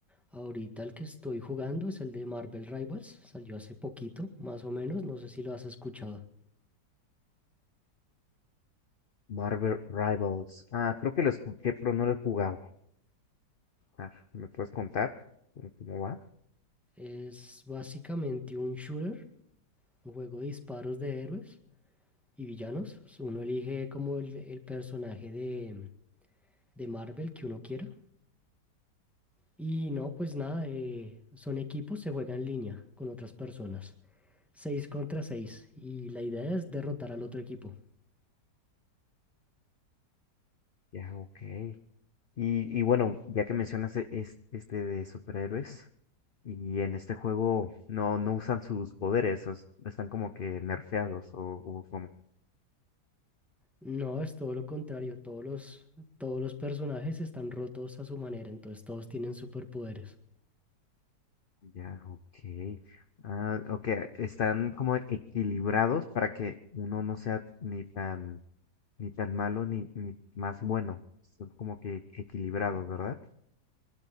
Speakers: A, in the centre; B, on the left.
A: Ahorita el que estoy jugando es el de Marvel Rivals, salió hace poquito, más o menos, no sé si lo has escuchado.
B: Marvel Rivals. Ah, creo que lo escuché, pero no lo he jugado. Ah, ¿me puedes contar cómo cómo va?
A: Es básicamente un shooter, un juego de disparos de héroes y villanos. Uno elige como el, el personaje de, de Marvel que uno quiera. Y no, pues nada, eh, son equipos, se juega en línea con otras personas. Seis contra seis. Y la idea es derrotar al otro equipo.
B: Ya, ok. Y, y bueno, ya que mencionas e- es- este de superhéroes, y en este juego no, no usan sus poderes, os- están como que nerfeados o, o como.
A: No, es todo lo contrario. Todos los, todos los personajes están rotos a su manera, entonces todos tienen superpoderes.
B: Ya, ok. Ah, ok, están como equilibrados para que uno no sea ni tan, ni tan malo ni, ni más bueno. Son como que equilibrados, ¿verdad?